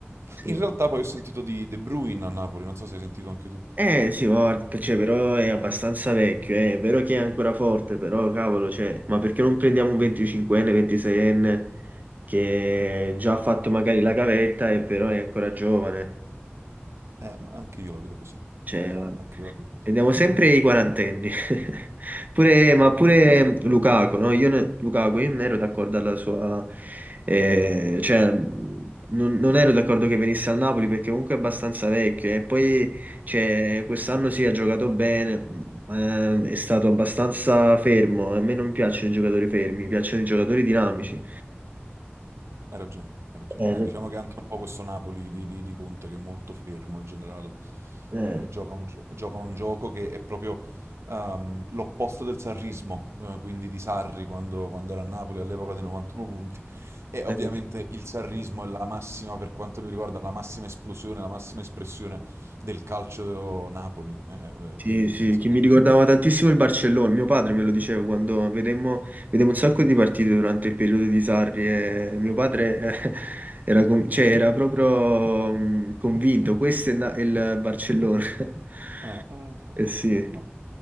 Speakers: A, on the right (about 40°); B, on the right (about 90°).
A: Sì.
B: In realtà poi ho sentito di De Bruyne a Napoli, non so se hai sentito anche tu.
A: Eh sì, guarda, cioè, però è abbastanza vecchio, eh. È vero che è ancora forte, però cavolo, cioè, ma perché non prendiamo un 25enne, 26enne che già ha fatto magari la gavetta e però è ancora giovane?
B: Eh, ma anche io la vedo così.
A: Cioè, guarda.
B: Anche io la vedo così.
A: Vediamo sempre i quarantenni. <laughs> Pure,
B: Sì,
A: ma
B: prendiamo
A: pure
B: sempre.
A: Lukaku, no? Io, ne- Lukaku, io non ero d'accordo alla sua... eh, cioè, non, non ero d'accordo che venisse al Napoli perché comunque è abbastanza vecchio. E poi, cioè, quest'anno sì, ha giocato bene, ma è stato abbastanza fermo. A me non piacciono i giocatori fermi, mi piacciono i giocatori dinamici.
B: Hai ragione, hai ragione.
A: Eh,
B: Eh, diciamo che anche un po' questo Napoli di, di- di Conte che è molto fermo in generale,
A: eh,
B: eh, gioca un, gio- gioca un gioco che è proprio ehm, l'opposto del sarrismo, eh, quindi di Sarri quando, quando era a Napoli all'epoca dei 91 punti. E
A: eh.
B: ovviamente il sarrismo è la massima, per quanto mi riguarda, la massima esplosione, la massima espressione del calcio Napoli. eh,
A: Sì,
B: eh, quindi,
A: sì,
B: insomma...
A: che mi ricordava tantissimo il Barcellona, mio padre me lo diceva quando vedemmo, vedemmo un sacco di partite durante il periodo di Sarri e mio padre eh, era, con- cioè, era proprio mh, convinto, questo è na- il Barcellona. <laughs>
B: Eh, eh, infatti,
A: Eh sì.
B: eh, vabbè.